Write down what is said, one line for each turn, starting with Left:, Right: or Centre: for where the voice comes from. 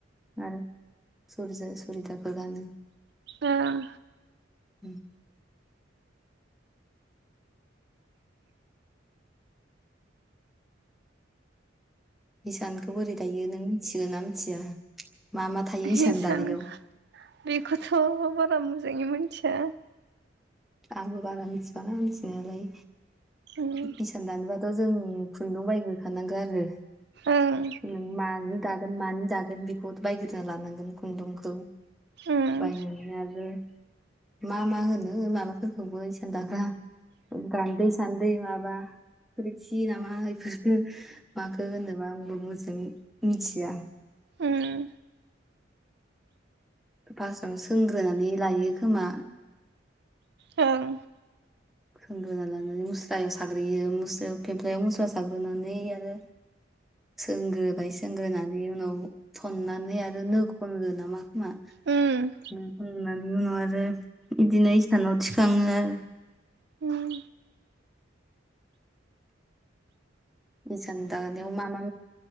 Centre: आरो सुरिजा सुरिदाखौ गानो
Right: ओं
Centre: उम इसानखौ बोरै दायो नों मिथिगोन ना मिथिया मा मा थायो
Right: हिसान
Centre: इसान दानायाव
Right: बेखौथ' बारा मोजाङै मिनथिया
Centre: आंबो बारा मिथिबावाना मिथिनायालाय
Right: उम
Centre: हिसान दानोबाथ' जों खुन्दुं बायदि ओंखारनांगो आरो
Right: ओं
Centre: ओम माजों दाग गोन मानि दागोन बेखौ बायग्रोना लानांगोन खुन्दुंखौ।
Right: उम
Centre: बायनानै आरो मा मा होनो माबाफोरखौबो इसान दाग्रा गान्दै सानदै दैमा बा सोरखि नामा बेफोरखो माखो होनो आंबो मोजां मिथिया।
Right: उम
Centre: फार्स्टआव सोंग्रोनानै लायो खोमा।
Right: ओं
Centre: सोंग्रोना लानानै मुस्रायाव साग्रोयो मुस्रायाव खेमफ्लायाव मुस्रा साग्रोनानै आरो। सोंग्रोबाय सोंग्रोनानै उनाव थननानै आरो नो खनगो नामा खोमा
Right: उम
Centre: नो अननानै उनाव आरो बिदिनो इसानाव थिखाङो आरो।
Right: उम
Centre: हिसान दानायाव मा मा